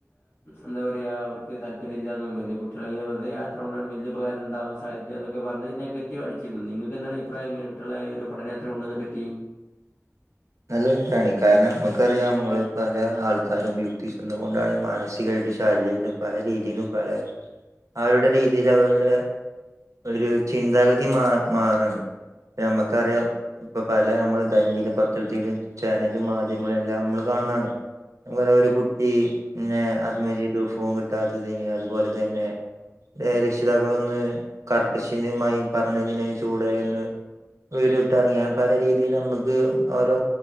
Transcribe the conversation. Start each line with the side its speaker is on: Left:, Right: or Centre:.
Left: എന്താ പറയാ അവർ താല്പര്യമല്ലയും പിന്നെ കുട്ടികളിങ്ങനെ വെറതെ യാത്ര ഉണ്ട കൊണ്ട് വലിയ ഉപകാരം ഇണ്ടാവുക - സാഹിത്യ പറഞ്ഞ നെഗറ്റീവ് അടിച്ചിരുന്നു നിങ്ങക്ക് എന്താണ് അഭിപ്രായം ഇങ്ങന കുട്ടികളെ ഒരു പഠനയാത്ര കൊണ്ടുവന്ന പറ്റി-
Right: നല്ല അഭിപ്രായമാണ് കാരണം നമുക്കറിയാം നമ്മള് പല ആൾക്കാരും യുക്തി ചെന്നുകൊണ്ടാണ് മാനസിക- ശാരീരികും പല രീതിയിലും പല അവരുടെ രീതിൽ അവരുടെ- ഒരു ചിന്താഗതി മാറാണ് നമ്മുക്കറിയാം ഇപ്പൊ പല നമ്മള് ദൈനദിന പ- ചാനലും മാധ്യമങ്ങളും എല്ലാം നമ്മൾ കാണുന്നതാണ് വേറെ ഒരു കുട്ടിന്നെ ആത്മഹത്യ ചെയ്തു ഫോൺ കിട്ടാത്തതിന് അതുപോലെ തന്നെ- രക്ഷിതാക്കള ഒന്ന് കർക്കശിനമായി പറഞ്ഞതിനതിന് ചൂടായി ഒന്ന്- വീട് ഇട്ടറങ്ങിയൻ പല രീതിൽ നമ്മുക്ക്- ഓരോ